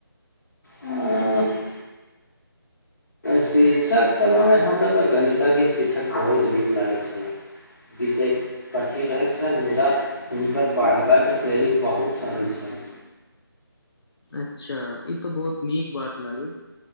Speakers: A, on the left; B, on the left.
A: अ,
B: <inaudible>
A: शिक्षक सभयमे हमरा तऽ गणितज्ञ शिक्षक बहुत नीक लागैत छलह विशे कठिन रहैत छनि मुदा हुनकर पढ़बाक शैली बहुत सरल छन
B: अच्छा ई तो बहुत नीक बात लागैए